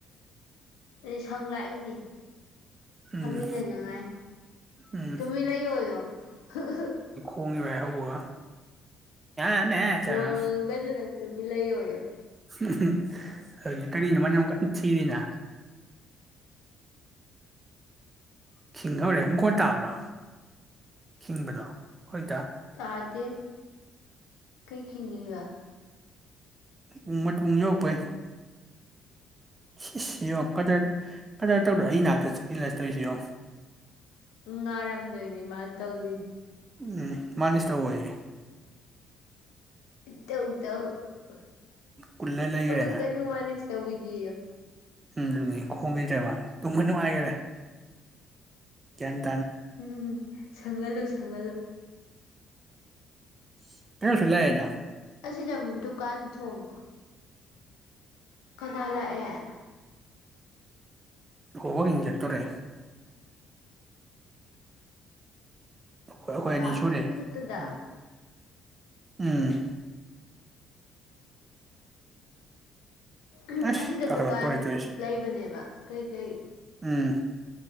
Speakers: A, on the left; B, on the right.
A: ꯏꯁꯪ ꯂꯥꯛꯏꯅꯦ ꯆꯥꯃꯤꯟꯅꯅꯉꯥꯏ
B: ꯎꯝ ꯎꯝ
A: ꯇꯨꯃꯤꯟ ꯂꯩꯌꯣꯌꯣ ꯍꯛ-ꯍꯛ
B: ꯈꯣꯡꯉꯤꯕꯥꯏ ꯍꯧꯕꯒ ꯑ ꯃꯦꯠꯇ
A: ꯋꯥ ꯉꯥꯡꯉꯛꯀꯅꯨ ꯅꯪ ꯇꯨꯃꯤꯟ ꯂꯩꯌꯣꯌꯣ
B: ꯎꯍꯝ ꯍ- ꯀꯔꯤꯅꯣ ꯀꯔꯤꯅꯣ ꯃꯥꯅꯃꯨꯛ ꯀꯟꯅ ꯊꯤꯔꯤꯁꯤꯅ ꯈꯤꯡꯍꯧꯔꯦ ꯅꯪ ꯈꯣꯟ ꯇꯥꯕ꯭ꯔꯣ ꯈꯤꯡꯕꯗꯣ ꯍꯧꯖꯤꯛꯇ
A: ꯇꯥꯗꯦ ꯀꯩ ꯈꯤꯡꯉꯤꯕ
B: ꯎꯝ ꯃꯣꯏ ꯄꯨꯡ ꯌꯧꯔꯛꯄꯩ ꯏꯁ ꯁꯤ ꯌꯦꯡꯉꯣ ꯀꯗꯔ ꯀꯗꯔ ꯇꯧꯗ ꯑꯩ ꯅꯥꯛꯇ ꯆꯪꯁꯤꯜꯂ ꯇꯧꯔꯤꯁꯦ ꯌꯦꯡꯎ
A: ꯅꯨꯡꯉꯥꯏꯔꯝꯗꯣꯏꯅꯦ ꯃꯥꯅ ꯇꯧꯗꯣꯏꯁꯦ
B: ꯎꯝ ꯃꯥꯂꯤꯁ ꯊꯧꯕꯖꯦ
A: ꯏ ꯇꯧ ꯇꯧ ꯑ
B: ꯀꯨꯜꯂ ꯂꯩꯈ꯭ꯔꯦꯅ
A: ꯈꯣꯡꯉꯛꯀꯅꯨ ꯃꯥꯂꯤꯁ ꯇꯧꯕꯤꯒꯦꯌꯨ
B: ꯎꯝ ꯑꯗꯨꯅꯤ ꯈꯣꯡꯒꯤꯗ꯭ꯔꯦ ꯃꯥ ꯇꯨꯝꯃ ꯅꯨꯡꯉꯥꯏꯒꯔꯦ ꯅꯪ
A: ꯎꯝ ꯁꯪꯍꯜꯂꯨ ꯁꯪꯍꯜꯂꯨ
B: ꯁꯤ ꯇꯌꯥꯔ ꯐꯤꯜ ꯂꯥꯛꯏꯗꯥ
A: ꯑꯁꯤꯗ ꯗꯨꯀꯥꯟ ꯊꯣꯡ ꯀꯅꯥ ꯂꯥꯛꯑꯦ
B: ꯑꯣ ꯋꯥꯀꯤꯡ ꯆꯠꯇꯣꯔꯦ ꯑꯩꯈꯣꯏ ꯑꯩꯈꯣꯏ ꯑꯅꯤ
A: ꯑꯥ
B: ꯁꯨꯔꯦ
A: ꯍꯣꯏ ꯈꯛꯇꯗ
B: ꯎꯝ ꯎꯝ
A: ꯎꯍꯝ
B: ꯑꯁ
A: ꯑꯁꯤꯗ
B: ꯀꯥꯈꯠꯂꯛꯇꯣꯔꯦ
A: ꯗꯨꯀꯥꯟ
B: ꯇꯧꯔꯤꯁꯦ
A: ꯂꯩꯕꯅꯦꯕ ꯀꯩ ꯀꯩ
B: ꯎꯝ